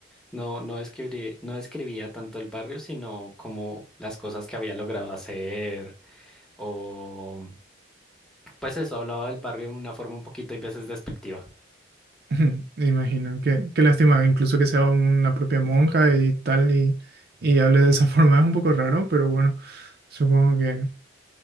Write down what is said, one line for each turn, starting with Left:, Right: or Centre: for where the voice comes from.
Centre: No, no describí- no describía tanto el barrio, sino como las cosas que había logrado hacer o pues eso, hablaba del barrio de una forma un poquito y veces despectiva.
Right: <laughs> Ujú, Imagino. Qué, qué lástima, incluso que sea una propia monja y tal y, y hable de esa <laughs> forma. Es un poco raro, pero bueno, supongo que...